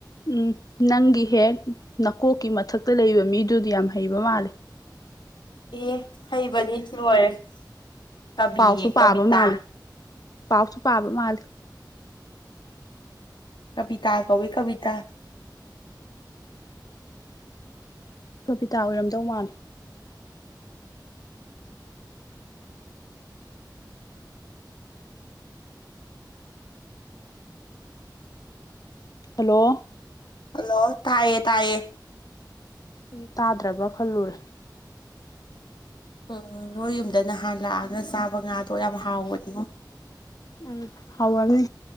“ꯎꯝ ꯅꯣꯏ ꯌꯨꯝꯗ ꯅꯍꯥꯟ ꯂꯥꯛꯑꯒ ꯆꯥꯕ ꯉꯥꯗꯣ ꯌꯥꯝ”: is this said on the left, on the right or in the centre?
Left